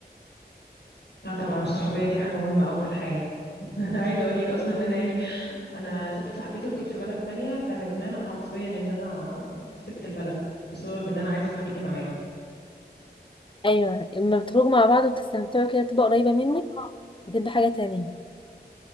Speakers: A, on the left; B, on the left.
A: اه طبعا الصحوبيه دي حاجه مهمه قوي في الحياه <laughs> انا عايزه اقول لك اصلا ان انا يعني انا سبت صاحبتي وجيت في بلد تانية فندمانه حرفيا ان انا سبت البلد بسبب ان انا عايزه صاحبتي معايا
B: ايوه لما بتخرجوا مع بعض وتستمتعوا كده تبقى قريبه منك هتبقى حاجه تانية